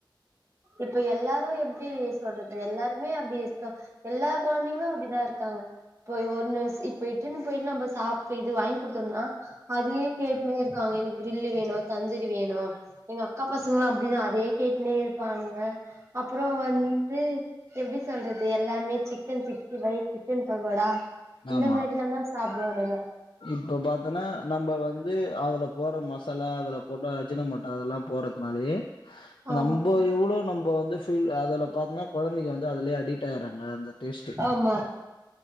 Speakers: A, on the right (about 35°); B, on the left (about 85°).
A: இப்ப எல்லாரு எப்டி சொல்றது எல்லாருமே அப்டி இருக்க எல்லாப் கொழந்தைங்களு அப்டிதா இருக்காங்க இப்ப ஒன்னுஸ் இப்ப இட்டுன்னு போயிட்டு நம்ம சாப் இப்ப இது வாங்கி குடுத்தோம்னா அதயே கேட்டுனு இருக்காங்க எனக் கிரில்லு வேணு தந்தூரி வேணு எங்க அக்கா பசங்களா அப்டிதா அதே கேட்டுனே இருப்பானுக அப்றோ வந்து எப்டி சொல்றது எல்லாமே chicken sixty five chicken pakoda இந்த
B: ஆமா
A: மாரிதாங்க சாப்புடுவானுக
B: இப்ப பாத்தன்னா நம்ப வந்து வந்து அதுல போற மசாலா அதுல போட்ட அஜினமொட்டோ அதல்லாம் போறதுனாலயே
A: ஆமா
B: நம்ப இவ்வளோ நம்ப வந்து பீல் அதுல பாத்னா கொழந்தைங்க வந்து அதுலயே அடிட் ஆயிறாங்க அந்த டேஸ்ட்
A: ஆமா